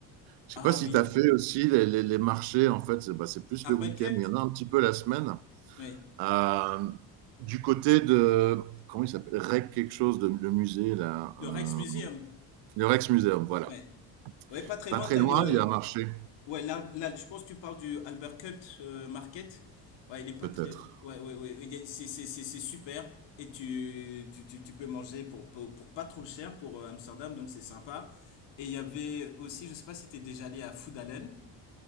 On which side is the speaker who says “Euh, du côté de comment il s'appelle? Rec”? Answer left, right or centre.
Right